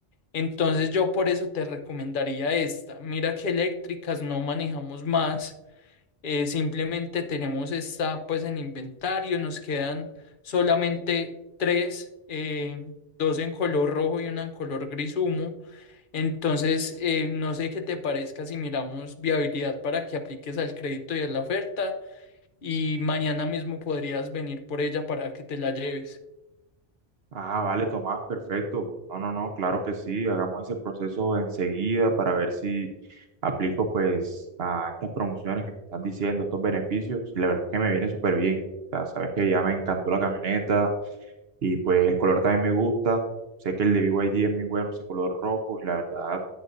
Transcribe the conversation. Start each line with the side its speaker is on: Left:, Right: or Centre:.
Left: Entonces yo por eso te recomendaría esta. Mira que eléctricas no manejamos más. Eh, simplemente tenemos esta pues en inventario, nos quedan solamente tres, eh, dos en color rojo y una en color gris humo. Entonces, eh, no sé qué te parezca si miramos viabilidad para que apliques al crédito y a la oferta y mañana mismo podrías venir por ella para que te la lleves.
Right: Ah, vale, Tomás, perfecto. No, no, no, claro que sí. Hagamos ese proceso enseguida para ver si aplico pues a estas promociones que me están diciendo, estos beneficios. Y la verdad es que me viene súper bien. O sea, sabes que ya me encantó la camioneta y pues el color también me gusta. Sé que el de BYD es muy bueno, ese color rojo y la verdad,